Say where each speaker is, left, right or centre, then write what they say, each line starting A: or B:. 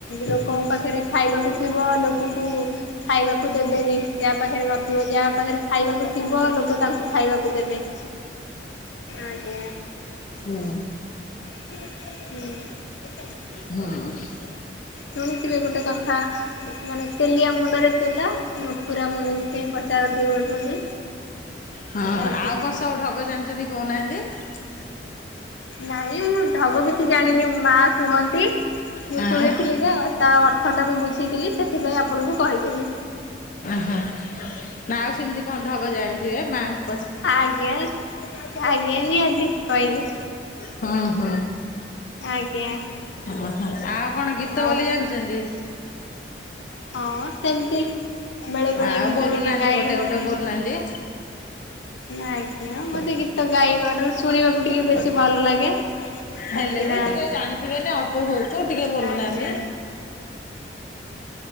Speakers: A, on the left (about 80°); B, on the left (about 45°).
A: ଲୋକଙ୍କ ପାଖରେ ଖାଇବାକୁ ଥିବ ଲୋକଙ୍କୁ। ଖାଇବାକୁ ଦେବେନି ଯାହା ପାଖରେ ନଥିବ ଯାହା ପାଖରେ। ଖାଇବାକୁ ଥିବ ଲୋକ ତାଙ୍କୁ ଖାଇବାକୁ ଦେବେ। ଆଜ୍ଞା
B: ହୁଁ ହୁଁ।
A: ହୁଁ।
B: ହୁଁ।
A: ଶୁଣିଥିବେ ଗୋଟେ କଥା। ମାନେ ତେଲିଆ ମୁଣ୍ଡରେ ତେଲ ଖୁରା ମୁଣ୍ଡକୁ କେହି ପଚାରନ୍ତିନି ବୋଲି ବୋଲି।
B: ହଁ
A: ଆଜ୍ଞା।
B: ଆଉ କଣ ସବୁ ଢଗ ଜାଣିଛନ୍ତି କହୁନାହାନ୍ତି।
A: ନାଇଁ ମୁଁ ଢଗ କିଛି ଜାଣିନି ମା କୁହନ୍ତି ମୁଁ
B: ହଁ
A: ଶୁଣିଥିଲି। ଯା ତା ଅର୍ଥଟା ମୁଁ ବୁଝିଥିଲି ସେଥିପାଇଁ ଆପଣଙ୍କୁ କହିଦେଲି।
B: ଉଁ ହୁଁ ମା ଆଉ ସେମିତି କଣ ଢଗ ଜାଣିଥିବେ ମାଙ୍କୁ- -
A: ଆଜ୍ଞା ଆଜ୍ଞା ନିହାତି କହିବି।
B: ହୁଁ ହୁଁ
A: ଆଜ୍ଞା।
B: ହୁଁ ହୁଁ ଆଉ କଣ ଗୀତ
A: ଆଉ
B: ବୋଲି ଜାଣି ଚନ୍ତି।
A: ହଁ ସେମତି, ବେଳେ ବେଳେ
B: ଆଉ
A: ଗୀତ
B: ବୋଲୁନାହାନ୍ତି
A: ଟିକେ ଗାଏ
B: ଗୋଟେ
A: ମତେ
B: ଗୋଟେ
A: --
B: ବୋଲୁନାହାନ୍ତି।
A: ନା ଆଜ୍ଞା ମତେ ଗୀତ ଗାଇବାଠୁ ଶୁଣିବାକୁ ଟିକେ ବେଶୀ ଭଲ ଲାଗେ। କାହିଁକି
B: ହେଲେ ବି
A: ନା
B: ଟିକେ ଜାଣିଥିବେନି ଅଳ୍ପ ବହୁତୁ ଟିକେ ବୋଲୁନାହାନ୍ତି।
A: ଆଜ୍ଞା।